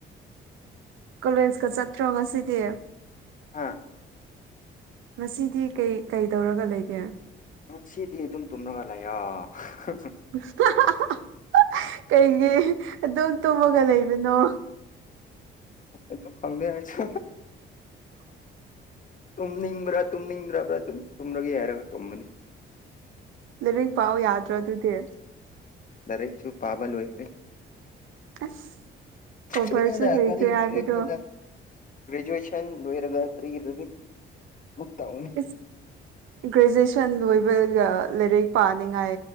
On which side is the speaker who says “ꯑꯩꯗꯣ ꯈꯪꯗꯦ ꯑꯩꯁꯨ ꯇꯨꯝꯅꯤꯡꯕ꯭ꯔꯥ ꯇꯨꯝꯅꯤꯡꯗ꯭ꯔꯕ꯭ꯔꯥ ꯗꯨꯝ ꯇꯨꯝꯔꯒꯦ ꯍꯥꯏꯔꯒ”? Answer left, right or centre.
Left